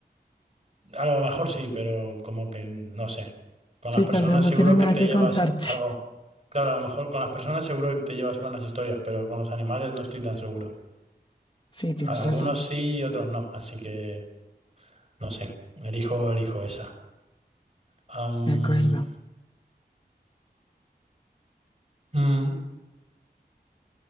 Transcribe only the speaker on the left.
Sí,
tal vez no
tienen
nada
que
contarte.
<laughs>
Sí, tienes
razón.
De acuerdo.